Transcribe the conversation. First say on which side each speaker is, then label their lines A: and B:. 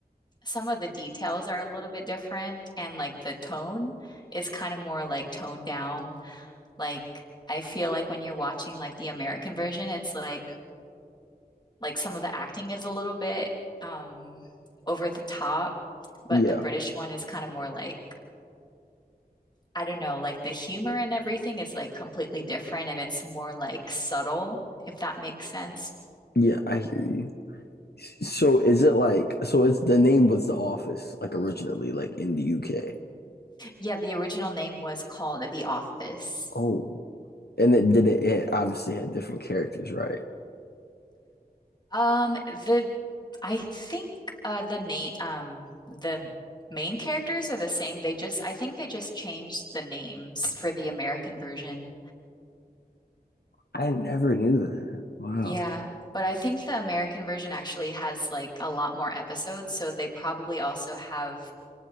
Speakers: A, on the left (about 25°); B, on the left (about 80°).
A: some of the details are a little bit different and like the tone is kind of more like toned down. Like I feel like when you're watching like the American version, it's like like some of the acting is a little bit um over the top, but
B: Yeah.
A: the British one is kind of more like I don't know, like the humor and everything is like completely different and it's more like subtle, if that makes sense.
B: Yeah, I hear you. So is it like so it's the name was The Office like originally like in the UK.
A: Yeah, the original name was called The Office.
B: Oh. And it did it, it obviously had different characters, right?
A: Um, the I think uh the name um the main characters are the same. They just I think they just changed the names for the American version.
B: I never knew that. Wow.
A: Yeah, but I think the American version actually has like a lot more episodes, so they probably also have